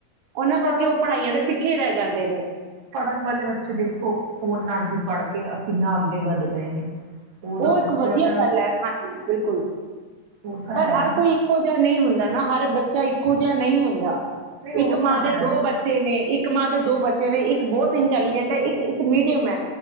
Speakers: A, on the right; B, on the right.
A: ਉਹਨਾਂ
B: ਨਹੀਂ
A: ਕਰਕੇ
B: ਪਰ
A: ਉਹ ਪੜ੍ਹਾਈਆਂ ਦੇ ਪਿੱਛੇ ਰਹਿ ਜਾਂਦੇ ਨੇ
B: ਪੜ੍ਹਨ ਵਾਲੇ ਬੱਚੇ ਦੇਖੋ ਫੋਨ ਨਾਲ ਵੀ ਪੜ੍ਹ ਕੇ ਕਿੰਨਾ ਅੱਗੇ ਵੱਧ ਗਏ ਨੇ। ਉਹਦਾ
A: ਉਹ ਇੱਕ
B: ਬੱਚਿਆਂ
A: ਵਧੀਆ
B: ਦਾ
A: ਗੱਲ ਹੈ, ਹਾਂਜੀ ਬਿਲਕੁਲ,
B: ਉਹ ਤਾਂ
A: ਪਰ
B: ਹੈ
A: ਹਰ
B: ਨਾ
A: ਕੋਈ ਇੱਕੋ ਜਿਹਾ ਨਹੀਂ ਹੁੰਦਾ ਨਾ ਹਰ ਬੱਚੇ ਬੱਚਾ ਇੱਕੋ ਜਿਹਾ ਨਹੀਂ ਹੁੰਦਾ।
B: ਨਹੀਂ ਉਹ
A: ਇੱਕ
B: ਤਾਂ
A: ਮਾਂ
B: ਹੈ।
A: ਦੇ ਦੋ ਬੱਚੇ ਨੇ ਇੱਕ ਮਾਂ ਦੇ ਦੋ ਬੱਚੇ ਬੱਚੇ ਨੇ ਇੱਕ ਬਹੁਤ ਇੰਟੈਲੀਜੈਂਟ ਹੈ ਇੱਕ ਇੱਕ ਮੀਡੀਅਮ ਹੈ,